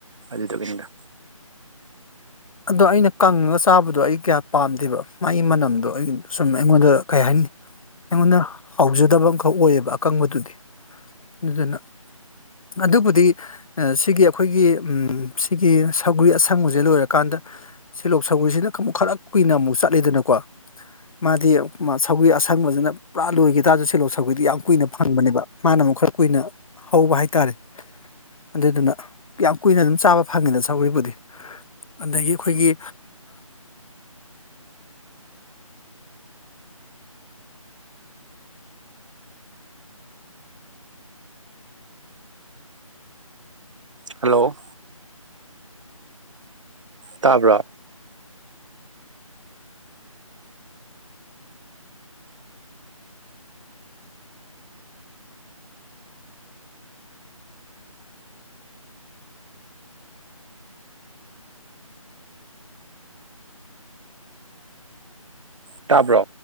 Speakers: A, on the right; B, on the left.
A: ꯑꯗꯨꯗꯨꯒꯤꯅꯤꯗ
B: ꯑꯗꯣ ꯑꯩꯅ ꯀꯪꯉꯒ ꯆꯥꯕꯗꯣ ꯑꯩ ꯀꯌꯥ ꯄꯥꯝꯗꯦꯕ ꯃꯥꯒꯤ ꯃꯅꯝꯗꯣ ꯑꯩꯒꯤ ꯁꯨꯝ ꯑꯩꯉꯣꯟꯗ ꯀꯩ ꯍꯥꯏꯅꯤ ꯑꯩꯉꯣꯟꯗ ꯍꯥꯎꯖꯗꯕ ꯑꯃꯈꯛ ꯑꯣꯏꯌꯦꯕ ꯑꯀꯪꯕꯗꯨꯗꯤ ꯑꯗꯨꯗꯨꯅ ꯑꯗꯨꯕꯨꯗꯤ ꯁꯤꯒꯤ ꯑꯩꯈꯣꯏꯒꯤ ꯁꯤꯒꯤ ꯁꯧꯒꯔꯤ ꯑꯁꯪꯕꯁꯦ ꯂꯣꯏꯔꯀꯥꯟꯗ ꯁꯤꯂꯣꯛ ꯁꯧꯒꯔꯤꯁꯤꯅ ꯑꯃꯨꯛ ꯈꯔ ꯀꯨꯏꯅ ꯑꯃꯨꯛ ꯆꯠꯂꯤꯗꯅꯀꯣ ꯃꯥꯗꯤ ꯁꯧꯒꯔꯤ ꯑꯁꯪꯕꯁꯤꯅ ꯄꯨꯔꯥ ꯂꯣꯏꯈꯤ ꯇꯥꯔꯁꯨ ꯁꯤꯂꯣꯛ ꯁꯧꯒꯔꯤꯗꯤ ꯌꯥꯝ ꯀꯨꯏꯅ ꯐꯪꯕꯅꯦꯕ ꯃꯥꯅ ꯑꯃꯨꯛ ꯈꯔ ꯀꯨꯏꯅ ꯍꯧꯕ ꯍꯥꯏꯇꯥꯔꯦ ꯑꯗꯨꯗꯨꯅ ꯌꯥꯝ ꯀꯨꯏꯅ ꯑꯗꯨꯝ ꯆꯥꯕ ꯐꯪꯉꯤꯗ ꯁꯧꯒꯔꯤꯕꯨꯗꯤ ꯑꯗꯒꯤ ꯑꯩꯈꯣꯏꯒꯤ
A: ꯍꯜꯂꯣ ꯇꯥꯕꯔ ꯇꯥꯕ꯭ꯔꯣ